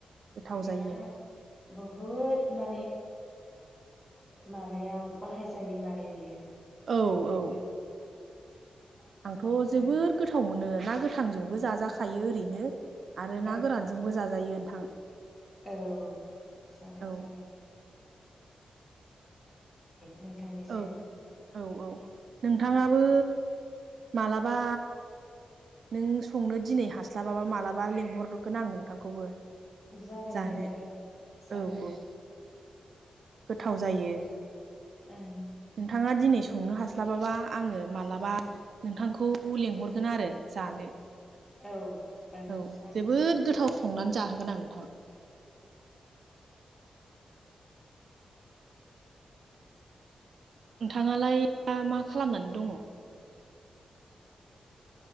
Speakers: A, on the right; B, on the left.
A: गोथाव
B: बिदिबा
A: जायो
B: बहुत म माबायाव बाहाय जायो माने बियो
A: औ औ
B: जागोन
A: आंथ'
B: जागोन
A: जोबोद गोथाव मोनो ना गोथांजोंबो जाजाखायो ओरैनो आरो ना
B: औ
A: गोरानजोंबो जाजायो नोंथां।
B: औ जागोन
A: औ
B: जागोन। नोंथांनिसिम
A: औ औ औ नोंथाङाबो मालाबा नों संनो दिनै हास्लाबाबा मालाबा लेंहरगोन आं नोंथांखौबो
B: जागोन
A: जानो
B: दे जागोन जागोन
A: औ औ गोथाव जायो।
B: ओं
A: नोंथाङा दिनै स संनो हास्लाबाबा आङो मालाबा नोंथांखौ लेंंहरगोन आरो जानो।
B: औ ओं
A: औ
B: जागोन
A: जोबोद गोथाव संनानै जाहोगोन आं नोंथां। नोंथाङालाय दा मा खालामनानै दङ?